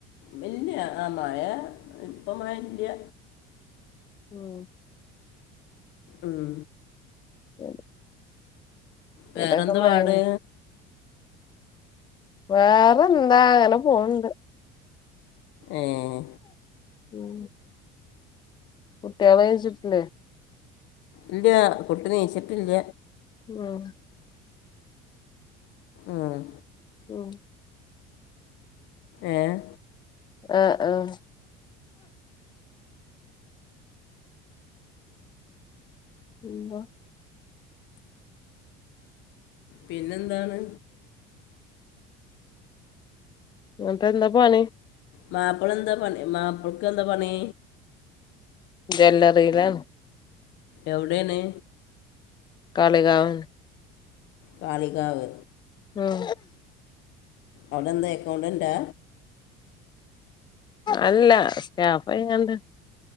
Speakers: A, on the left; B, on the left.
A: ബെല്ല്യ ആ മഴ ഇപ്പമഴല്ല്യ.
B: ഉം
A: ഉം
B: <unintelligible> ഇവിടൊക്കെ
A: വേറെന്താ
B: മഴന്നെ
A: പാട്?
B: വേറെന്താ ങ്ങനെ പോവ്‌ണ്ട്.
A: ഏഹ്
B: ഉം കുട്ട്യേള് ചുര്ത്ത്ല്ലെ
A: ഇല്ല്യ കുട്ടി നീച്ചിട്ടില്ല.
B: വാഹ്
A: ആഹ്
B: ലോ
A: ഏഹ്
B: ആഹ് ആഹ് എന്താ?
A: പിന്നെന്താണ്?
B: ഇന്നെട്ടെന്താ പണി
A: മാപ്പിള എന്താ പണി മാപ്പിൾക്ക് എന്താ പണി?
B: ജ്വല്ലറിയിലാ
A: എവിടെയാണ്
B: കാളികാവ
A: കാളികാവ്
B: ഉം
A: അവ്‌ടെന്താ എക്കൗണ്ടന്റാ?
B: അല്ല സ്റ്റാഫായിക്കാണ്ട്.